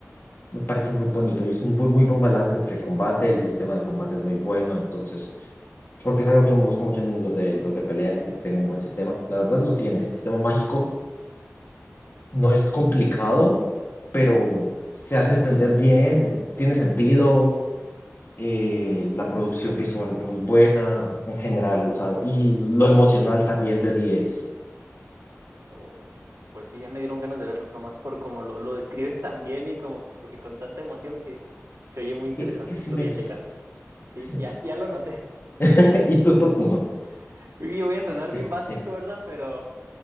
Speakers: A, on the left (about 50°); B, on the right (about 75°).
A: me parece muy bonito y es un bu- muy buen balance entre combate, el sistema de combate es muy bueno, entonces porque es algo que busco mucho en los de, los de pelea, que tenga un buen sistema. La verdad lo tiene. El sistema mágico no es complicado, pero se hace entender bien, tiene sentido, eh, la producción visual muy buena en general, o sea, y lo emocional también de diez
B: Oh, pues sí, ya me dieron ganas de verlo, nomás por como lo, lo describes tan bien y como que con tanta emoción que se oye muy interesante
A: Que- Es que sí
B: y sí lo
A: me
B: voy
A: gusta,
B: a checar. Sí,
A: sí
B: sí,
A: me gustó.
B: ya, ya lo noté.
A: <laughs> Y tu top 1,
B: <laughs> Y yo voy a sonar
A: de-
B: bien básico,
A: de
B: ¿verdad? Pero